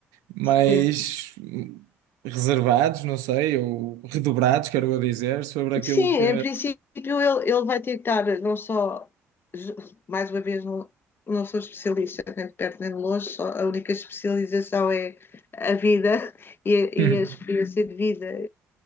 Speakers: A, on the right; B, on the left.
A: mais
B: sim.
A: reservados, não sei, ou redobrados, quero eu dizer, sobre aquilo
B: Sim,
A: que.
B: em princípio ele, ele vai ter que estar não só, ju- mais uma vez, não, não sou especialista, nem de perto nem de longe, só, a única especialização é a vida e a,
A: <laughs>
B: e a experiência de vida.